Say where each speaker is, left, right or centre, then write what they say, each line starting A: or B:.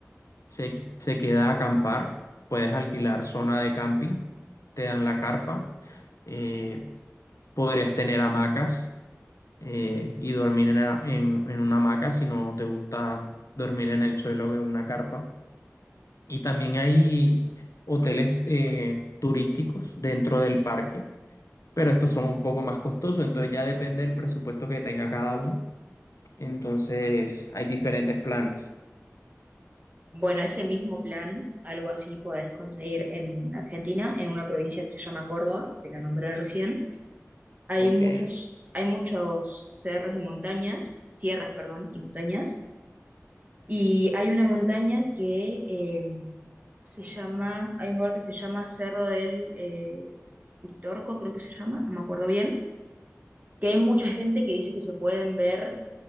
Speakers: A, on the left; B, on the right.
A: se, se queda a acampar. Puedes alquilar zona de camping, te dan la carpa, eh, podrías tener hamacas eh, y dormir en, la- en- en una hamaca si no te gusta dormir en el suelo o en una carpa. Y también hay hoteles eh, turísticos dentro del parque, pero estos son un poco más costosos, entonces ya depende del presupuesto que tenga cada uno. Entonces hay diferentes planes.
B: Bueno, ese mismo plan, algo así podés conseguir en Argentina, en una provincia que se llama Córdoba, que te la nombré recién. Hay
A: Ok.
B: muchos, hay muchos cerros y montañas, sierras, perdón, y montañas. Y hay una montaña que eh, se llama, hay un lugar que se llama Cerro del eh, Uritorco, creo que se llama, no me acuerdo bien que hay mucha gente que dice que se pueden ver